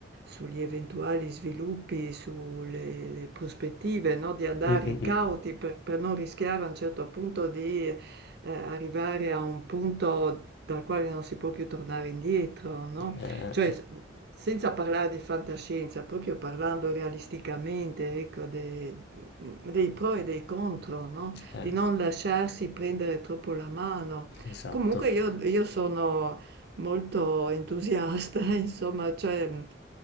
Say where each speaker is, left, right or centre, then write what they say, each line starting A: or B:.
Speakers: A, on the right; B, on the left.
A: sugli eventuali sviluppi, sulle le prospettive, no? Di andare
B: Mm, mm,
A: cauti
B: mm.
A: per, per non rischiare a un certo punto di eh, arrivare a un punto dal quale non si può più tornare indietro, no?
B: Eh,
A: Cioè, senza parlare di fantascienza, proprio parlando realisticamente, ecco, de- dei pro e dei contro, no?
B: eh.
A: Di
B: eh.
A: non lasciarsi prendere troppo la mano.
B: Esatto.
A: Comunque io, io sono molto entusiasta, <laughs> insomma, cioè